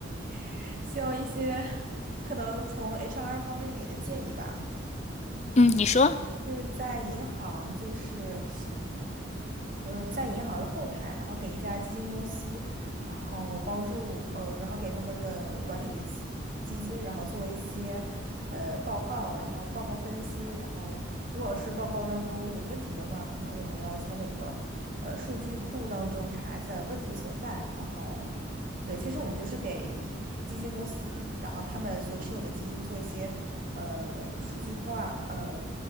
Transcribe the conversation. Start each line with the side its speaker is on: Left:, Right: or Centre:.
Right: <laughs> 需要一些可能从 HR 方面给的建议吧。
Left: 嗯，你说，
Right: 就是在银行，就是。呃，在银行的后台，然后给一家基金公司，然后帮助呃，然后给他们的管理的基基金，然后做一些呃报告，然后报告分析，然后如果是报告当中有问题的话，可能我们要从我们的呃数据库当中查一下问题所在，然后。对，其实我们就是给基金公司，然后他们所持有的基金做一些呃数据化，呃，